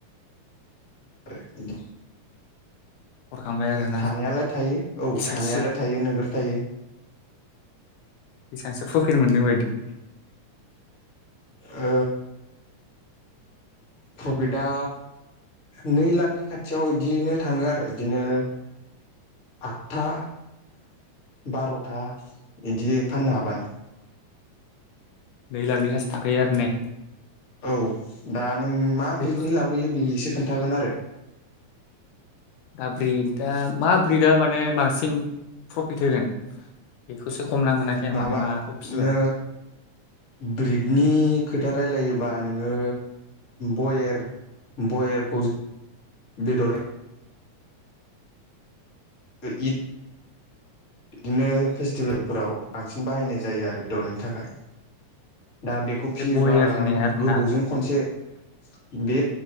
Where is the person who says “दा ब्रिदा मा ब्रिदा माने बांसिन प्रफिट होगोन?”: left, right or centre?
Left